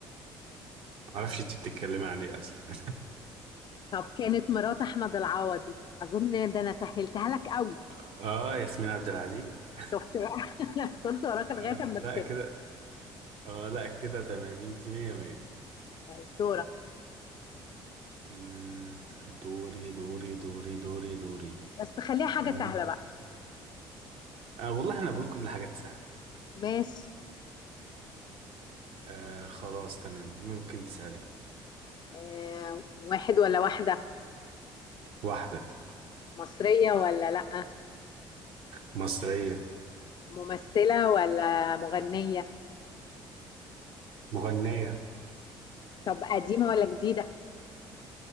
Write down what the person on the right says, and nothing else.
معرفش انت بتتكلمي عن ايه اصلا
<laughs> اه ياسمين عبد العزيز
<laughs>
آه
لا
كده اه لا كده تمام انت مية مية
مم، دوري دوري دوري دوري دوري
ممكن
آه والله انا بقول كل حاجات سهلة
آه خلاص تمام ممكن تسألي
واحدة
مصرية
مغنية